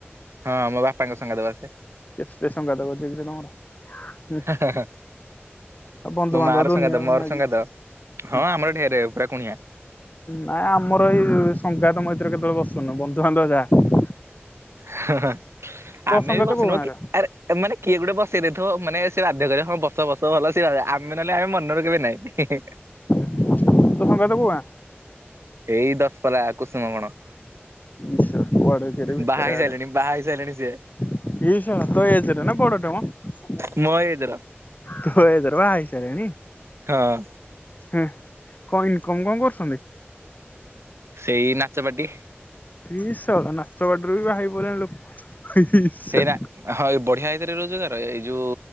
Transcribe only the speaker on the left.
କେତେ ସଙ୍ଗାତ କରିଚ କିରେ ତମର। ହୁଁ
ଆଉ ବନ୍ଧୁବାନ୍ଧବ
ଦୁନିଆ
ନାକି।
ହୁଁ
ନାଇଁ ଆମର ଏଇ ସଂଘାତ ମଝିରେ କେତେବେଳେ ବସୁନୁ ବନ୍ଧୁବାନ୍ଧବ ଯାହା।
ତୋ
ସଙ୍ଗାତ
କୋଉ ଗାଁର
ତୋ ସଙ୍ଗାତ କୋଉ ଗାଁ?
ଆଛା କୁଆଡେ କିରେ ଭିତର
ଆଡେ।
ଇଏ ସଳା ତୋ ଏଜର ନା ବଡ ଟେ ମ?
ତୋ ଏଜର ବାହା ହେଇସାରିଲାଣୀ।
ହୁଁ କଣ ଇନକମ କଣ କରୁଛନ୍ତି?
ଇ ଶଳା ନାଚ ପାଟିରୁ ବି ବାହା ହେଇଗଲେଣି ଲୋକ ଇ ସ